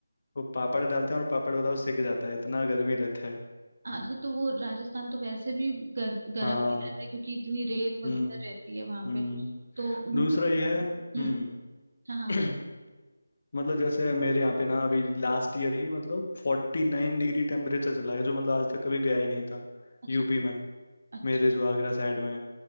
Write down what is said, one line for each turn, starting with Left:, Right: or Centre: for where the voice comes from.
Left: वो पापड़ डालते हैं और पापड़ बताओ सेक जाता है इतना गर्मी रहता है
Right: आगे तो वो राजस्थान तो वैसे भी गर, गर्म
Left: हाँ
Right: ही रहता है क्योंकि इतनी रेत वगैरह
Left: हम्म
Right: रहती है वहां
Left: हम्म
Right: पे तो मु-
Left: दूसरा ये है हम्म
Right: हम्म हाँ हाँ बोल
Left: <clears throat> मतलब जैसे मेरे यहाँ पे ना अभी लास्ट ईयर ही मतलब फोर्टी नाइन डिग्री टेम्परेचर चला गया जो मतलब आज तक कभी गया ही नहीं था
Right: अच्छा
Left: यूपी में
Right: अच्छा
Left: मेरे जो आगरा साइड में है